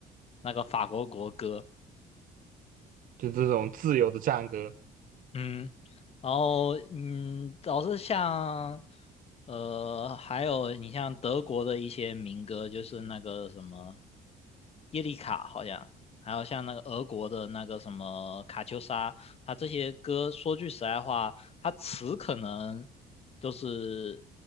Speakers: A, on the left; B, on the right.
A: 那个法国国歌。
B: 就这种自由的战歌
A: 嗯，然后嗯，老是像呃，还有你像德国的一些民歌，就是那个什么耶利卡，好像还有像那个俄国的那个什么卡秋莎，它这些歌，说句实在话，它词可能就是